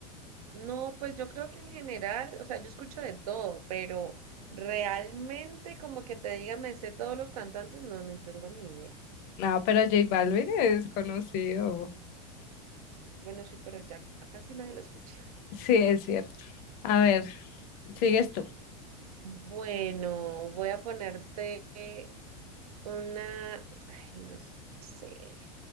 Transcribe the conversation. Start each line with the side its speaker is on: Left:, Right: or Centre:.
Right: No, pues yo creo que en general, o sea, yo escucho de todo, pero realmente como que te diga, me sé todos los cantantes, no, no tengo ni idea.
Left: No, pero J Balvin es conocido.
Right: Bueno, sí, pero ya casi nadie lo escucha.
Left: Sí, es cierto. A ver, sigues tú.
Right: Bueno, voy a ponerte Una, ay, no sé.